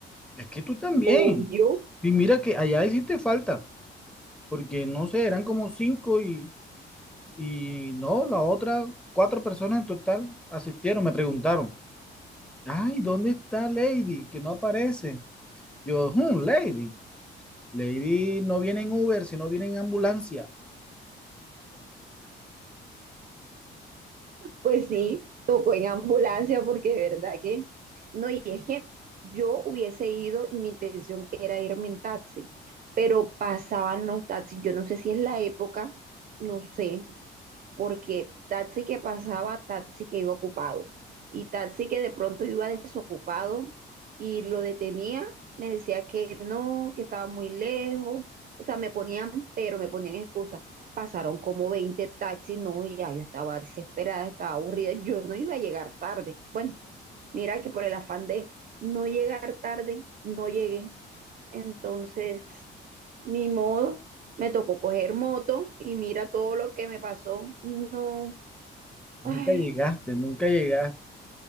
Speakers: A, in the centre; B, on the right.
A: Es que tú también.
B: Obvio,
A: Y mira que allá hiciste falta porque no sé, eran como cinco y, y no, la otra, cuatro personas en total asistieron, me preguntaron, ay, ¿dónde está Lady? Que no aparece. Yo, "Hmm, Lady, Lady no viene en Uber, sino viene en ambulancia.
B: Pues sí, tocó en ambulancia porque de verdad que no, y es que yo hubiese ido y mi intención era irme en taxi, pero pasaban los taxis, yo no sé si es la época, no sé, porque taxi que pasaba, taxi que iba ocupado. Y taxi que de pronto iba desocupado y lo detenía, me decía que no, que estaba muy lejos. O sea, me ponían, pero me ponían excusas. Pasaron como 20 taxis, no, ya yo estaba desesperada, estaba aburrida, yo no iba a llegar tarde. Bueno, mira que por el afán de no llegar tarde, no llegué. Entonces, ni modo, me tocó coger moto y mira todo lo que me pasó. No,
A: Nunca
B: Ay,
A: llegaste, nunca llegaste.